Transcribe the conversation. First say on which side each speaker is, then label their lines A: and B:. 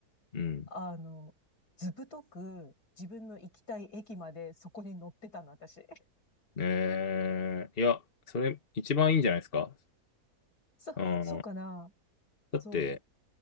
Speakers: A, on the left; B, on the left.
A: うん。
B: あの、ずぶとく自分の行きたい駅までそこに乗ってたの、私。<laughs>
A: えー、いや、それ一番いいんじゃないですか。
B: そ、
A: うん。
B: そうかな
A: だって、
B: そう、